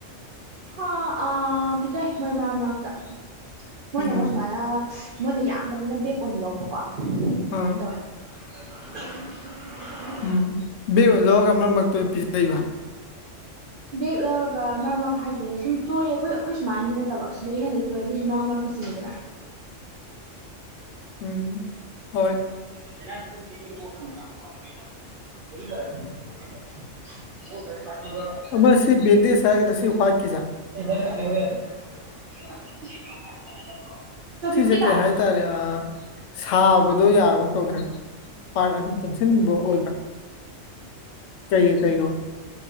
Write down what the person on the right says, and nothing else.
ꯑ ꯑꯥ ꯄꯖꯩ ꯃꯣꯏ ꯃꯔꯛ ꯃꯔꯛꯇ ꯃꯣꯏꯅ
ꯃꯣ ꯁꯨꯃꯥꯏꯅ ꯃꯣꯏꯅ ꯌꯥꯝꯕꯅꯤꯅ ꯕꯦꯛ ꯑꯣꯏꯅ ꯂꯧꯕꯀꯣ ꯑꯗꯨꯃꯥꯏꯅ
ꯇꯧꯋꯦ <unintelligible>
ꯕꯦꯛ ꯂꯧꯔꯒ ꯃꯔꯛ ꯃꯔꯛ ꯍꯥꯏꯁꯦ ꯁꯨꯝ ꯇꯣꯏꯑ ꯑꯩꯈꯣꯏ ꯈꯣꯏ ꯁꯨꯃꯥꯏꯅꯗꯤ ꯅꯠꯇꯕ ꯁꯤꯗꯩꯩ ꯍꯦꯟꯗꯤ ꯇꯣ ꯑꯗꯨꯗꯤꯁꯨ ꯃꯔꯛ ꯃꯔꯛꯇꯥ <unintelligible>
<unintelligible> ꯑꯣ ꯊ <unintelligible>
<unintelligible>
ꯐꯤꯐꯇꯤ ꯇꯥꯔꯦ